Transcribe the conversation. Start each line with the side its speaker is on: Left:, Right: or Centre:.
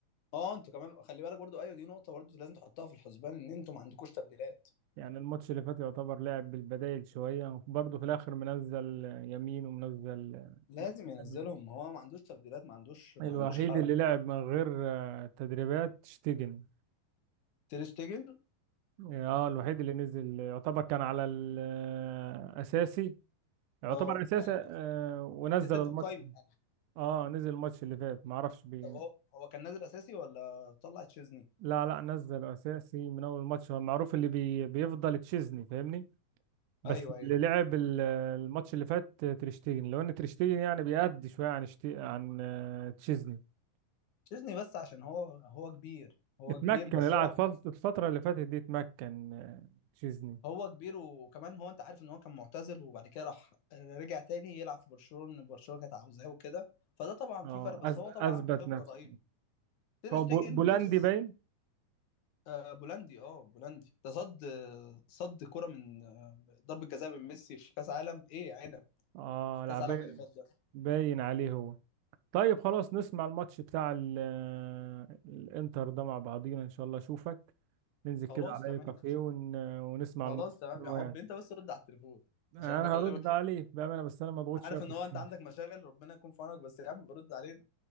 Left: اه انتوا كمان خلي بالك برضو ايوه دي نقطه برضو لازم تحطها في الحسبان ان انتوا ما عندكوش تبديلات
Right: يعني الماتش اللي فات يعتبر لعب بالبدايل شوية وبرضه في الآخر منزل يمين ومنزل
Left: لازم
Right: ناس
Left: ينزلهم
Right: تانية.
Left: ما هو ما عندوش تبديلات ما عندوش ما
Right: الوحيد
Left: عندوش حل
Right: اللي لعب من غير آه، تدريبات شتيجن
Left: تير شتيجن
Right: اه الوحيد اللي نزل يعتبر كان على الأساسي يعتبر
Left: اه
Right: أساسي
Left: يعني
Right: آه، ونزل
Left: نزل
Right: الماتش
Left: في القايمه يعني
Right: اه نزل الماتش اللي فات معرفش بي...
Left: طب هو هو كان نازل اساسي ولا طلع تشيزني
Right: لا لا نزل أساسي من أول الماتش هو معروف اللي بي... بيفضل تشيزني فاهمني بس
Left: ايوه ايوه
Right: اللي لعب ال- الماتش اللي فات تريشتيجن لو ان تريشتيجن يعني بيأدي شويه عن شتي... عن آه، تشيزني
Left: ديزني بس عشان هو هو كبير هو
Right: اتمكن
Left: كبير بس
Right: اللاعب
Left: هو
Right: فت- الفتره اللي فاتت دي اتمكن آه، تشيزني
Left: هو كبير وكمان هو انت عارف ان هو كان معتزل وبعد كده راح رجع تاني يلعب في برشلونة برشلونة كانت عاوزاه وكده فده طبعا
Right: اه
Left: في فرق بس
Right: أز...
Left: هو
Right: اثبت
Left: طبعا عنده خبرة
Right: نفسه
Left: رهيبة تير
Right: هو
Left: شتيجن
Right: بو- بولندي
Left: بص
Right: باين
Left: آه بولندي اه بولندي ده صد صد كرة من آه، ضربة جزاء من ميسي في كأس عالم ايه يا عنب
Right: اه
Left: في كأس
Right: لعب
Left: عالم اللي فات ده
Right: باين عليه هو طيب خلاص نسمع الماتش بتاع ال- الانتر ده مع بعضينا ان شاء الله اشوفك ننزل كده
Left: خلاص
Right: على
Left: تمام
Right: اي كافيه ون... ونسمع
Left: خلاص
Right: الماتش
Left: تمام
Right: سوا
Left: يا حبي
Right: يعني.
Left: انت بس رد على التليفون
Right: انا
Left: عشان انا بكلمك
Right: هرد عليك بامانه بس انا مضغوط شويه
Left: عارف
Right: في
Left: ان
Right: الشغل.
Left: هو انت عندك مشاغل ربنا يكون في عونك بس يا عم برد علينا